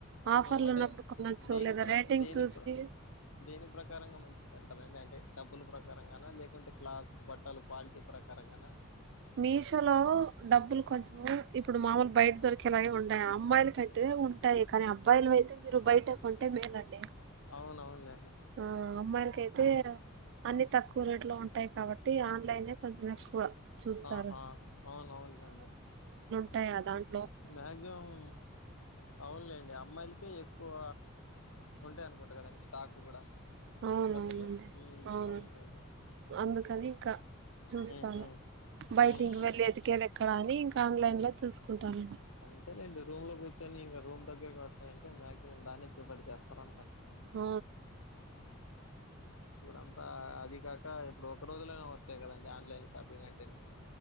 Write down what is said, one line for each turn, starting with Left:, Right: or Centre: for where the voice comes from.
Right: ఆఫర్లు
Left: అంటే
Right: ఉన్నప్పుడు కొనొచ్చు
Left: దేని
Right: లేదా
Left: ప్రక
Right: రేటింగ్
Left: దేని
Right: చూసి
Left: ప్ర దేని ప్రకారంగా మంచి ఉంటారండి అంటే డబ్బులు ప్రకారం గాన లేకుంటే క్లాస్ బట్టలు క్యాల్టి ప్రకారంగా న
Right: మీషో లో డబ్బులు కొంచెము ఇప్పుడు మామూలు బయట దొరికేలాగ ఉండయి అమ్మాయిలకి పెట్టతే ఉంటాయి కానీ అబ్బాయిలు అయితే మీరు బయట కొంటే మేలండి
Left: అవును అవును గాని
Right: ఆ అమ్మాయిలకైతే అన్ని తక్కువ రేట్ లో ఉంటాయి కాబట్టి ఆన్లైనే కొంచెం ఎక్కువ చూస్తారు
Left: ఆహా అవును అవునులే అండి
Right: అంటే గదాన్
Left: మ్యాక్సిమం అవునులేండి అమ్మాయిలకే ఎక్ ఎక్కువ ఉంటాయి అనుకుంటా కదండి స్టాక్ కూడా
Right: అవును
Left: బట్టలు
Right: అవునండి
Left: ఉమ్
Right: అవును
Left: అవునులేండి
Right: అందుకని ఇంకా చూస్తాను
Left: ఉహు
Right: బయట
Left: ఉమ్
Right: ఇంక వెళ్ళి ఎదికేది ఎక్కడా అని ఇం ఆన్లైన్ లో చూసుకుంటాం
Left: అంతేలేండి రూమ్ లో కూర్చొని ఇంకా రూమ్ దగ్గరకి వస్తాయంటే మ్యాక్సిమం దాన్ని ప్రిపేర్ చేస్తారంట
Right: ఆ
Left: ఇప్పుడు అంతా అది కాక క ఇప్పుడు ఒక రోజులాగ వస్ అంతేకదండి ఆన్లైన్ షాపింగ్ అంటేనే